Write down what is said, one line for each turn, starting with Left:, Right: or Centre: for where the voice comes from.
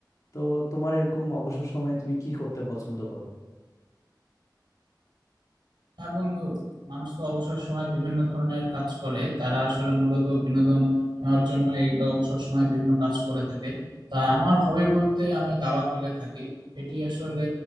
Left: তো তোমার এরকম অবসর সময়ে তুমি কি করতে পছন্দ করো
Right: হ্যাঁ বন্ধু মানুষ তো অবসর সময় বিভিন্ন ধরনের কাজ করে তারা আসলে মূলত বিনোদন নেওয়ার জন্য এই অবসর সময় বিভিন্ন কাজ করে থাকে তা আমার হবে বলতে আমি দাবা খেলে থাকি এটি আসলে